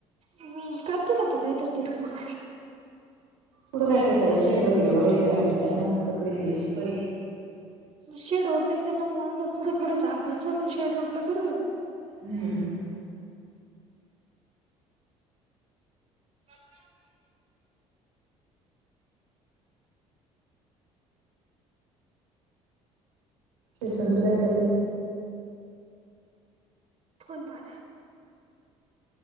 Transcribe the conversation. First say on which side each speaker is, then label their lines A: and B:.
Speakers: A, on the right; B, on the right.
A: हम्म करते ना ते कायतरीते त पुढे.
B: पुुढं काय करतात शेड वगैरे ओायचें वात त्यांना कपडे दिस पाहियले.
A: मग शेड ओढले त्यांना मग पुढे थोडं जागा सोडून शेड ओडलं तर होईल.
B: हम्म.
A: मजा असते.
B: केतन च काय चाललंय.
A: फोन बाद आहे.